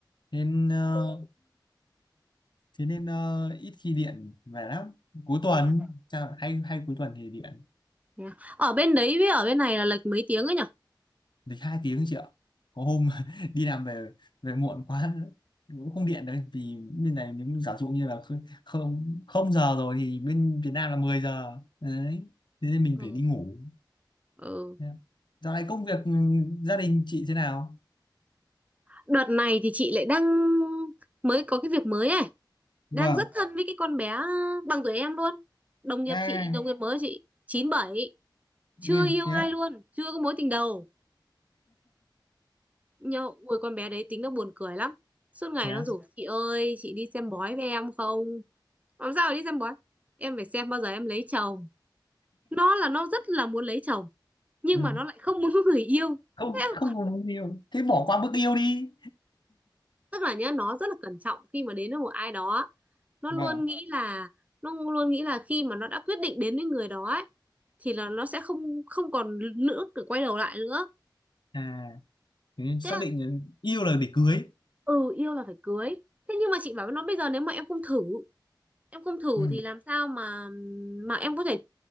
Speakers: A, on the left; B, on the right.
A: nên ờ, thế nên ờ, ít khi điện về lắm cuối tuần
B: thế à,
A: sao hay hay cuối tuần thì điện
B: thế à. ở bên đấy với ở bên này là lệch mấy tiếng ấy nhở
A: Lịch hai tiếng chị ạ. Có hôm <laughs> đi làm về về muộn quá cũng không điện đấy vì bên này nếu giả dụ như là không không không giờ rồi thì bên Việt Nam là 10 giờ đấy thế nên mình
B: ừ.
A: phải đi ngủ
B: ừ.
A: Thế dạo này công việc ừ, gia đình chị thế nào
B: đợt này thì chị lại đang mới có cái việc mới này
A: Vâng.
B: đang rất thân với cái con bé bằng tuổi em luôn đồng nghiệp
A: À,
B: chị đồng nghiệp mới chị chín bảy,
A: người
B: chưa yêu
A: thế
B: ai
A: á.
B: luôn chưa có mối tình đầu nhưng ôi con bé đấy tính nó buồn cười lắm suốt ngày
A: thế ạ?
B: nó rủ chị ơi chị đi xem bói với em không làm sao mà đi xem bói em phải xem bao giờ em lấy chồng nó là nó rất là muốn lấy chồng nhưng
A: Ừ.
B: mà nó lại không muốn có người yêu
A: không
B: Thế
A: không
B: còn-
A: có mối yêu thế bỏ qua bước yêu đi
B: tức là nhá nó rất là cẩn trọng khi mà đến với một ai đó nó
A: Vâng.
B: luôn nghĩ là nó luôn nghĩ là khi mà nó đã quyết định đến với người đó ấy, thì là nó sẽ không không còn nữa để quay đầu lại nữa
A: à thế nên xác
B: thế là,
A: định là yêu là để cưới
B: ừ yêu là phải cưới thế nhưng mà chị bảo với nó bây giờ nếu mà em không thử em không thử
A: Ừ.
B: thì làm sao mà mà em có thể